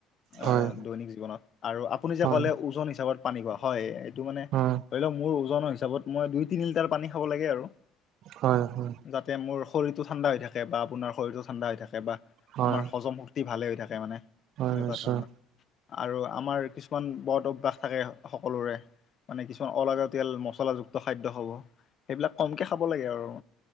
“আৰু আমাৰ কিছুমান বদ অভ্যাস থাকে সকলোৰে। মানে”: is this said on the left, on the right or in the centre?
Left